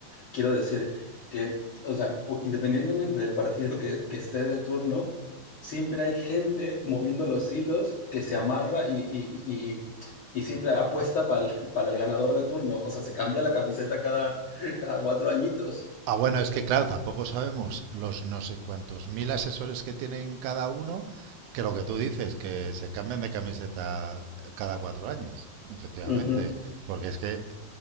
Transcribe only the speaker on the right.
Ah, bueno, es que claro, tampoco sabemos los no sé cuántos mil asesores que tienen cada uno, que lo que tú dices, que se cambian de camiseta cada cuatro años, efectivamente,
porque es que